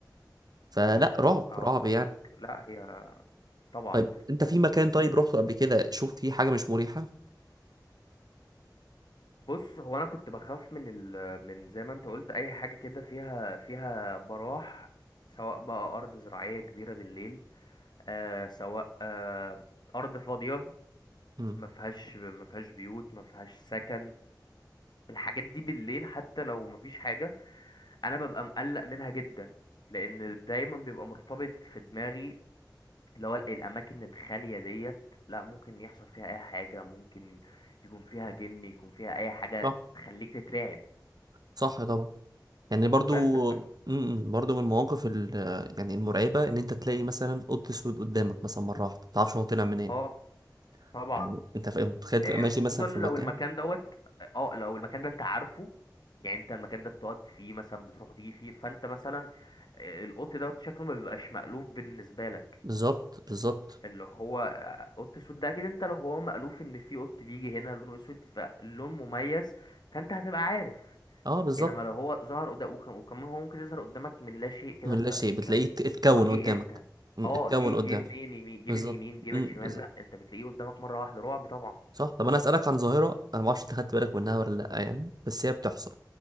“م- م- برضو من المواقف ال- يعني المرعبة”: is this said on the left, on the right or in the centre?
Right